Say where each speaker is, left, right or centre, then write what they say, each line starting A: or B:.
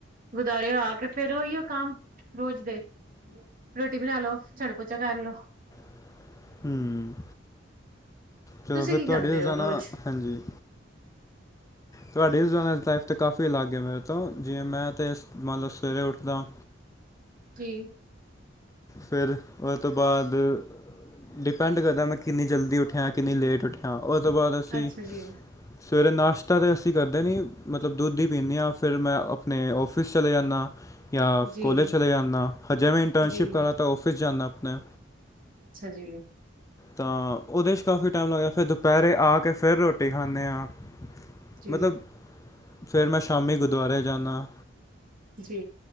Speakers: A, on the right; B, on the left.
A: ਗੁਰਦਵਾਰੇਓ ਆ ਕੇ ਫਿਰ ਉਹੀਓ ਕੰਮ। ਰੋਜ਼ ਦੇ ਰੋਟੀ ਬਣਾ ਲੋ! ਝਾੜੂ ਪੋਚਾ ਕਰ ਲੋ!
B: <inaudible> ਹਮ ਚਲੋ
A: ਤੁਸੀਂ
B: ਫੇਰ
A: ਕੀ
B: ਤੁਹਾਡੇ
A: ਕਰਦੇ
B: ਰੋਜ਼ਾਨਾ
A: ਹੋ ਰੋਜ਼?
B: ਹਾਂਜੀ। ਤੁਹਾਡੇ ਕਾਫੀ ਅਲਗ ਏ ਮੇਰੇ ਤੋਂ ਜੇ ਮੈਂ ਤੇ ਮਨ ਲੋ ਸਵੇਰੇ ਉੱਠਦਾ
A: ਕੀ?
B: ਫੇਰ ਉਹਦੇ ਤੋਂ ਬਾਅਦ ਡਿਪੈਂਡ ਕਰਦਾ ਮੈਂ ਕਿੰਨੀ ਜਲਦੀ ਉੱਠਿਆ। ਕਿੰਨੀ ਲੇਟ ਉੱਠਿਆ! ਉਹਦੇ ਤੋਂ ਬਾਅਦ ਅਸੀਂ
A: ਅੱਛਾ ਜੀ।
B: ਸਵੇਰੇ ਨਾਸ਼ਤਾ ਤਦੇ ਅਸੀਂ ਕਰਦੇ ਨੀ ਮਤਲਬ ਦੁੱਧ ਹੀ ਪੀਂਨੇ ਆਂ ਫੇਰ ਮੈਂ ਆਪਣੇ ਆਫਿਸ ਚਲੇ ਜਾਂਨਾ। ਜਾਂ
A: ਜੀ,
B: ਕੋਲੇਜ ਚਲੇ ਜਾਂਨਾ ਹਜੇ ਮੈਂ ਇੰਟਰਨਸ਼ਿਪ
A: ਜੀ
B: ਕਰਾ ਤਾਂ ਆਫਿਸ ਜਾਂਨਾ ਆਪਣੇ।
A: ਅੱਛਾ ਜੀ।
B: ਤਾਂ ਉਹਦੇ ਚ ਕਾਫੀ ਟਾਈਮ ਲੱਗਦਾ ਫਿਰ ਦੁਪਹਿਰੇ ਆ ਕੇ ਫਿਰ ਰੋਟੀ ਖਾਣੇ ਹਾਂ।
A: ਜੀ,
B: ਮਤਲਬ ਫੇਰ ਮੈਂ ਸ਼ਾਮੀ ਗੁਰਦੁਆਰੇ ਜਾਂਨਾ।
A: ਜੀ